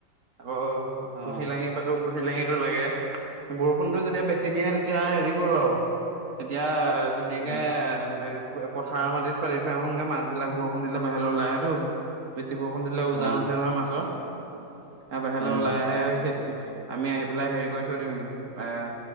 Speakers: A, on the right; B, on the right.
A: আকৌ
B: অ'।
A: খুঠি লাঙি পাতো প হিলেঙীটো লাগে বৰষুণতো যেতিয়া বেছি দিয়ে তেতিয়া হেৰি কৰো আৰু। এতিয়া ধুনীয়াকে
B: উম।
A: পথাৰৰ মাটিত পাতি থৈ আহোনগে মাছ বিলাক বৰষুণ দে বোহিৰলৈ ওলাই আহেত ব বৰষুণ দিলেজান
B: অ',
A: উঠে নহয় মাছৰ আৰু বাহিৰলৈ
B: উম,
A: ওলাই আহেই আমি আহি পেলাই হেৰি কৰি থৈ দিওঁহি আহ।